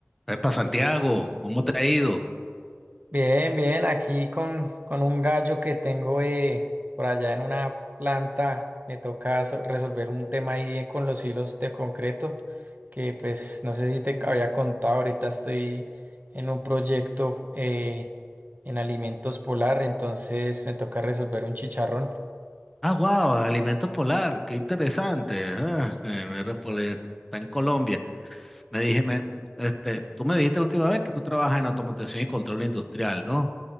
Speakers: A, in the centre; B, on the right.
A: Epa, Santiago, ¿cómo te ha ido?
B: Bien, bien, aquí con, con un gallo que tengo eh, por allá en una planta, me toca so- resolver un tema ahí eh, con los hilos de concreto, que pues no sé si te había contado, ahorita estoy en un proyecto eh, en alimentos polar, entonces me toca resolver un chicharrón.
A: Ah, wow, alimentos polar, qué interesante. Ah, eh, mira, pues, eh, está en Colombia. Me dije, me- este, tú me dijiste la última vez que tú trabajas en automatización y control industrial, ¿no?